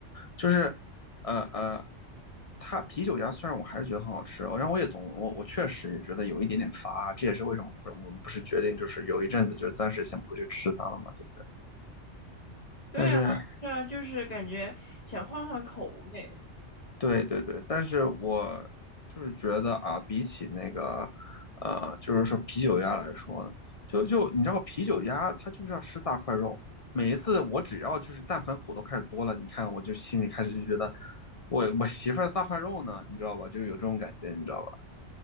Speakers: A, on the left; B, on the left.
A: 就是呃呃，它啤酒鸭虽然我还是觉得很好吃，然后我也懂，我我确实也觉得有一点点乏啊，这也是为什么我们不是决定就是有一阵子就暂时先不去吃它了嘛，对不对？
B: 对啊，
A: 但是
B: 对啊，就是感觉想换换口味。
A: 对对对，但是我就是觉得啊，比起那个呃，就是说啤酒鸭来说呢，就就你知道啤酒鸭它就是要吃大块肉。每一次我只要就是但凡骨头开始多了，你看我就心里开始就觉得我我媳妇儿的大块肉呢，你知道吧？就是有这种感觉，你知道吧？